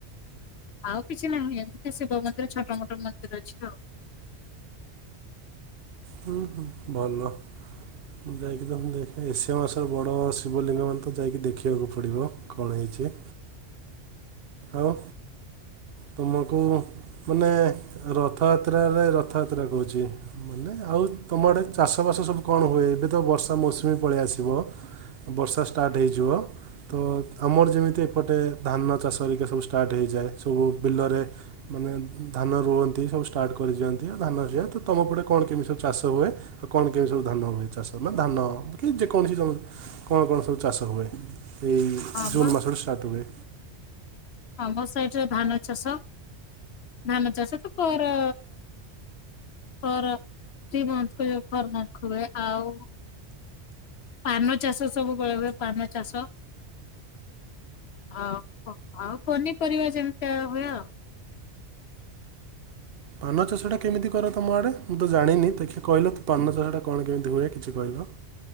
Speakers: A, on the left; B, on the right.
A: ଆଉ କିଛି ନାହିଁ ଏମିତି <unintelligible> ଶିବ ମନ୍ଦିର ଛୋଟୋ ମୋଟୋ ମନ୍ଦିର ଅଛି ଆଉ।
B: ହୁଁ ହୁଁ ଭଲ। ମୁଁ ଯାଇକି <unintelligible> ଦେଖେ ଏସିଆ ମହାଦେଶର ବଡ଼ ଶିବଲିଙ୍ଗ ମାନେ ତ ଯାଇକି ଦେଖିବାକୁ ପଡ଼ିବ କଣ ହେଇଛି। ଆଉ ତୁମକୁ ମାନେ ରଥଯାତ୍ରାରେ ରଥଯାତ୍ରା କୋହୁଛି। ମାନେ ଆଉ ତମ ଆଡ଼େ ଚାଷବାସ ସବୁ କଣ ହୁଏ ଏବେ ତ ବର୍ଷା ମୌସୁମୀ ପଳେଇଆସିବ। ବର୍ଷା ଷ୍ଟାର୍ଟ ହେଇଯିବ ତ ଆମର ଯେମିତି ଏପଟେ ଧାନ ଚାଷ ହେରିକା ସବୁ ଷ୍ଟାର୍ଟ ହେଇଯାଏ ସବୁ ବିଲରେ ମାନେ ଧାନ ରୁଅନ୍ତି ସବୁ ଷ୍ଟାର୍ଟ କରିଦିଅନ୍ତି ଆଉ ଧାନ <unintelligible> ତ ତମ ପଟେ କଣ କେମିତି ସବୁ ଚାଷ ହୁଏ। ଆଉ କଣ କେମିତି ସବୁ ଧାନ ହୁଏ ଚାଷ ମାନ ଧାନ କି ଯେକୌଣସି <unintelligible> କଣ କଣ ସବୁ ଚାଷ ହୁଏ ଏଇ
A: ଆମ
B: ଜୁନ୍ ମାସଠୁ ଷ୍ଟାର୍ଟ ହୁଏ।
A: ଆମ ସାଇଡରେ ଧାନ ଚାଷ ଧାନ ଚାଷ ତ ପର <unintelligible> ହୁଏ ଆଉ ପାନ ଚାଷ ସବୁ କଳା ହୁଏ ପାନ ଚାଷ। <unintelligible> ଆଉ ପନିପରିବା ଯେମିତିଆ ହୁଏ ଆଉ।
B: ପାନ ଚାଷଟା କେମିତି କର ତମ ଆଡ଼େ ମୁଁ ତ ଜାଣିନି ଦେଖିଆ କହିଲ ତୁ ପାନ ଚାଷଟା କଣ କେମିତି ହୁଏ କିଛି କହିଲ।